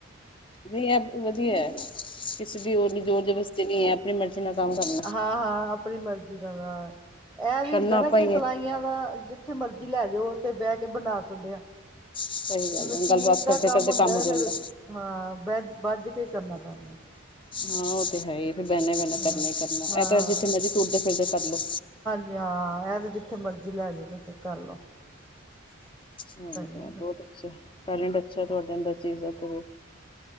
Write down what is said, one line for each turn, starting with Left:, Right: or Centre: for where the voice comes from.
Left: ਨਈ ਐ ਵਧੀਆ ਕਿਸੇ ਦੀ ਹੋਰ ਨੀ ਜ਼ੋਰ ਜ਼ਬਰਸ। ਨੀ ਐ ਆਪਣੀ ਮਰਜ਼ੀ ਨਾਲ ਕੰਮ ਕਰਨਾ।
Centre: ਹਾਂ ਹਾਂ ਆਪਣੀ ਮਰਜ਼ੀ ਦਾ ਐਹ ਵੀ
Left: ਕਰਨਾ
Centre: ਹੁੰਦਾ ਨਾ
Left: ਆਪਾਂ
Centre: ਕਿ
Left: ਹੀ
Centre: ਸਿਲਾਈਆਂ
Left: ਹੈ
Centre: ਦਾ ਥੇ ਮਰਜ਼ੀ ਲੈ ਜੋ ਤੇ ਬਹਿ ਕੇ ਬਣਾ ਸਕਦੇ ਆ।
Left: ਸਹੀ
Centre: ਤੇ
Left: ਗੱਲ
Centre: ਮਸ਼ੀਨ
Left: ਹੈ ਗੱਲਬਾਤ
Centre: ਦਾ
Left: ਕਰਦੇ
Centre: ਕੰਮ
Left: ਕਰਦੇ
Centre: ਹੁੰਦਾ
Left: ਹੋ
Centre: ਐ
Left: ਜਾਂਦਾ
Centre: ਫੇਰ ਹਾਂ ਬੈ ਬੱਜ ਕੇ ਕਰਨਾ ਪੈਂਦਾ ਅ।
Left: ਹਾਂ ਓ ਤੇ ਹੈ ਈ ਫਿਰ ਬੈਨਾ ਈ ਬੈਨਾ
Centre: ਹਾਂ
Left: ਕਰਨਾ ਈ ਕਰਨਾ
Centre: ਹਾਂ
Left: ਐ ਤਾਂ ਜਿੱਥੇ ਮਰਜ਼ੀ ਤੁਰਦੇ ਫਿਰਦੇ ਕਰਲੋ।
Centre: ਵੀ ਹਾਂ ਐ ਤੇ ਵੀ ਜਿੱਥੇ ਮਰਜ਼ੀ ਲੈ ਜੋ ਤੇ ਫਿਰ ਕਰਲੋ।
Left: ਹਮ
Centre: ਨਾ
Left: ਬਹੁਤ ਅੱਛਾ ਟੈਲੈਂਟ ਅੱਛਾ ਤੁਆਡੇ ਅੰਦਰ ਚੀਜ਼ ਦਾ ਤੇ ਵਈ